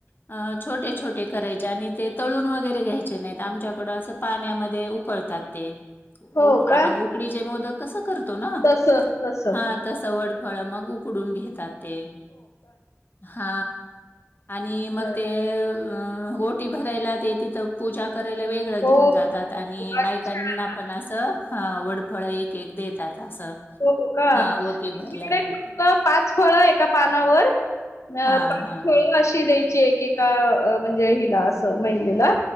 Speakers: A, on the left; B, on the left.
A: अं छोटे छोटे करायचे आणि ते तळून वगैरे. घ्यायचे नाहीत आमच्याकडं असं पाण्यामध्ये उकळतात ते. उक
B: हो
A: आपण
B: का
A: उकडीचे मोदक कसं करतो ना
B: तसं तसं
A: हा तसं वड. फळ मग उकडून घेतात ते. हा आणि मग
B: बरं
A: ते. अं ओटी भरायला ते तिथं पूजा. करायला वेगळं
B: हो
A: घेऊन जातात आणि
B: अच्छा
A: बायकांना पण असं हं वडफळ एक एक देतात. असं.
B: हो का
A: हां, ओटी भरल्यानंतर.
B: इकडे फक्त पाच फळ एका पानावर. अं‌
A: हां,
B: पण
A: हां.
B: फळ अशी द्यायची एकेका म्हणजे हिला असं महिलेला.